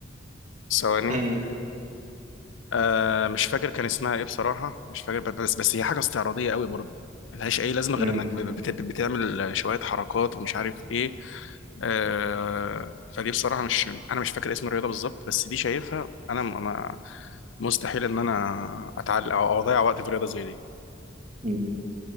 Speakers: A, on the left (about 80°); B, on the right (about 40°).
A: ثواني
B: مم.
A: آه مش فاكر كان اسمها ايه بصراحة مش فاكر بس بس هي حاجة استعراضية قوي برضو ملهاش اي لازمة غير
B: مم.
A: انك بت- بت- بتعمل شوية حركات ومش عارف ايه آه فدي بصراحة مش انا مش فاكر اسم الرياضة بالظبط بس دي شايفها انا م- ما مستحيل ان انا اتعلق او أو اضيع وقت في رياضة زي دي
B: مم.